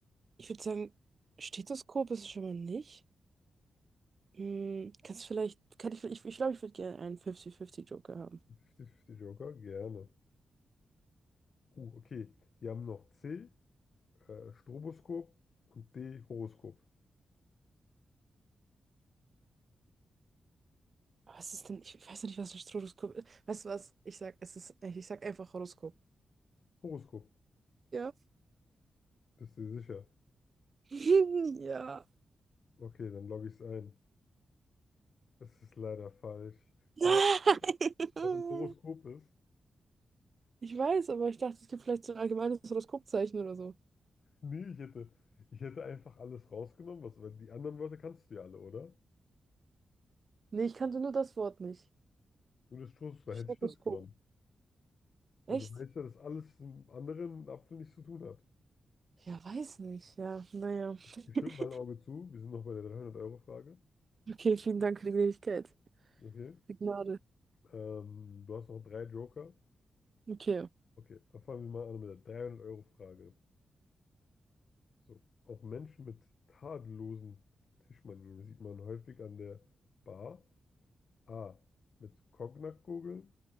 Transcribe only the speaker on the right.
ich würde sagen, Stethoskop ist es schon mal nicht. Hm, kannst du vielleicht, kann ich, ich, ich glaube, ich würde gerne einen 50-50 Joker haben.
Aber was ist denn, ich weiß noch nicht, was ein Stroboskop ist. Weißt du was? Ich sag, es ist, ich sag einfach Horoskop.
Ja.
<laughs> Ja.
Nein!
Ich weiß, aber ich dachte, es gibt vielleicht so ein allgemeines Horoskopzeichen oder so.
Nee, ich kannte nur das Wort nicht.
Stroboskop.
Echt?
Ja, weiß nicht. Ja, naja. <laughs>
Okay, vielen Dank für die Gnädigkeit.
Die Gnade.
Okay. <laughs>